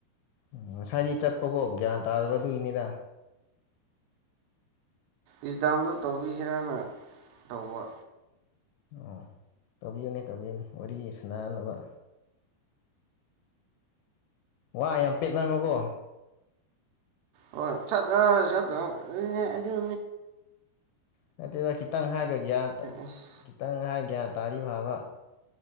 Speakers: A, on the left; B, on the right.
A: ꯎꯝ ꯉꯁꯥꯏꯗꯤ ꯆꯠꯄꯀꯣ ꯒ꯭ꯌꯥꯟ ꯇꯥꯗꯕ ꯑꯗꯨꯏꯅꯤꯗ
B: ꯏꯁꯁꯗꯥꯝꯗꯨ ꯇꯧꯕꯤꯁꯤꯔꯅ ꯇꯧꯕ
A: ꯑꯣ ꯇꯧꯕꯤꯌꯨꯅꯦ ꯇꯧꯕꯤꯌꯨꯅꯦ ꯋꯥꯔꯤ ꯁꯅꯅꯕ ꯋꯥ ꯌꯥꯝ ꯄꯦꯠꯅꯃꯣꯀꯣ
B: ꯍ ꯆꯠ ꯆꯠꯇ ꯑꯗꯨ
A: ꯅꯠꯇꯦꯕ ꯈꯤꯇꯪ ꯍꯥꯏꯒꯒ꯭ꯌꯥꯟ
B: ꯑꯁ
A: ꯈꯤꯇꯪ ꯍꯥꯏꯒꯌꯥꯟ ꯇꯥꯔꯤ ꯐꯥꯕ